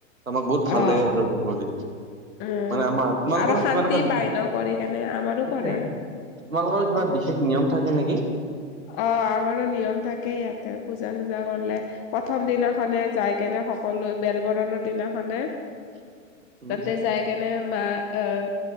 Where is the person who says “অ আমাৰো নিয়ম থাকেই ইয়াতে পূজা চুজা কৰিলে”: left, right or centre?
Left